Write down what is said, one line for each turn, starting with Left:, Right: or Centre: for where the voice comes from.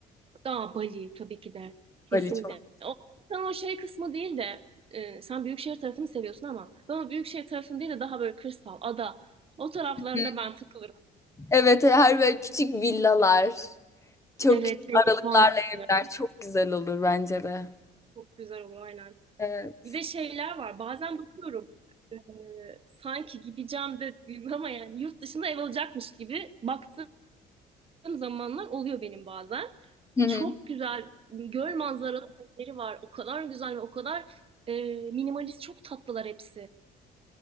Right: Daha Bali tabii ki de. Kesinlikle.
Left: Bali çok.
Right: O, sen o şey kısmı değil de e, sen büyükşehir tarafını seviyorsun ama ben o büyükşehir tarafını değil de daha böyle kırsal, ada. O taraflarında
Left: Hı,
Right: ben takılırım.
Left: Evet her böyle küçük villalar. Çok
Right: Evet,
Left: küçük
Right: deniz
Left: aralıklarla
Right: manzaraları
Left: evler. Çok güzel olur bence de.
Right: çok güzel olur aynen.
Left: Evet.
Right: Bir de şeyler var. Bazen bakıyorum e, sanki gideceğim de <laughs> ama yani yurt dışında ev alacakmış gibi baktığım zamanlar oluyor benim bazen.
Left: Hı hı.
Right: Çok güzel göl manzaralı evleri var. O kadar güzel ve o kadar e, minimalist çok tatlılar hepsi.